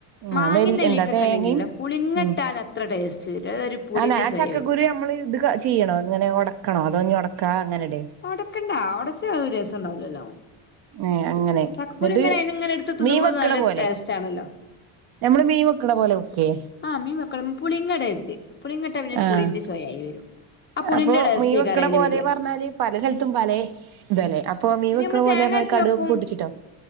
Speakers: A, on the right; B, on the left.
A: ആഹ്
B: മാങ്ങി
A: നെല്ല്
B: നെല്ലിക്ക
A: എന്താ തേങ്ങയും
B: ണ്ടെങ്കിൽ പുളിങ്ങിട്ടാൽ
A: ഉം
B: അത്ര ടേസ്റ്റ് വരും ഒരു പുളിന്റെ
A: അല്ല ആ
B: ചൊയ
A: ചക്കക്കുരു
B: വരും
A: നമ്മള് ഇത് ചെയ്യണോ ഇങ്ങനെ ഒടക്കണോ അതോഞ്ഞി ഒടക്കാതെ അങ്ങനെടേ
B: ഒടക്കണ്ടാ ഒടച്ചാ രസം ഉണ്ടാവലല്ലോ
A: ഏഹ് അങ്ങനെ
B: ചക്കക്കുരു
A: എന്നിട്ട്
B: ഇങ്ങനെ ഇങ്ങനെ എടുത്ത് തിന്നുമ്പോ
A: മീൻ വെക്കണ
B: നല്ല
A: പോലെ
B: ടേസ്റ്റ് ആണല്ലോ
A: നമ്മള് മീൻ വെക്കണ പോലെ വെക്കേ
B: ആ മീ മക്കളും പുളിങ്ങ ഇടരുത് പുളിങ്ങട്ടാ പിന്നെ
A: ആഹ്
B: പുളിന്റെ ചൊയായി വരും ആ പുളിന്റെ
A: അപ്പൊ
B: ടേസ്റ്റേക്കാര
A: മീൻ വെക്കണ
B: അ യ്ൽ
A: പോലെ
B: വരിക
A: പറഞ്ഞാല് പല സ്ലത്തും പലേ ഇതല്ലേ അപ്പൊ മീ
B: പിന്നെ
A: വെക്കണ
B: നമ്മള്
A: പോലെ
B: തേങ്ങ അരച്ച്
A: കടുവൊക്കെ
B: വെക്കും
A: പൊട്ടിച്ചിട്ടോ